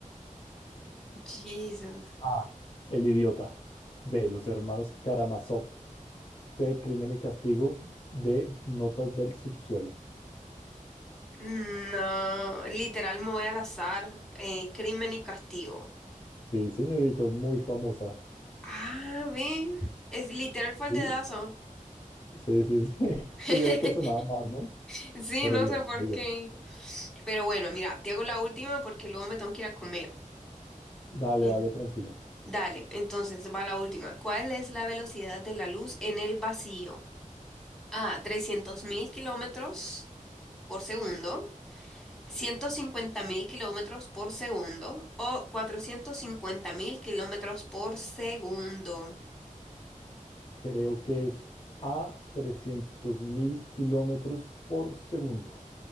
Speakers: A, in the centre; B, on the left.
A: Jesus.
B: A El idiota. B. Los hermanos Karamazov. C. Crimen y castigo. D. Notas del subsuelo.
A: No, literal me voy al azar. Eh, crimen y castigo.
B: Sí, señorita, es muy famosa.
A: Ah, ve. Es literal fue el
B: Sí,
A: dedazo.
B: sí, sí. sí. <laughs>
A: <laughs>
B: Pues era el que sonaba más, ¿no?
A: Sí,
B: Pero
A: no
B: bien,
A: sé por
B: muy bien.
A: qué. Pero bueno, mira, te hago la última porque luego me tengo que ir a comer.
B: Dale,
A: Y-
B: dale, tranquila.
A: Dale, entonces va la última. ¿Cuál es la velocidad de la luz en el vacío? A, 300.000 kilómetros por segundo, 150.000 kilómetros por segundo o 450.000 kilómetros por segundo.
B: Creo que es a trescientos mil kilómetros por segundo.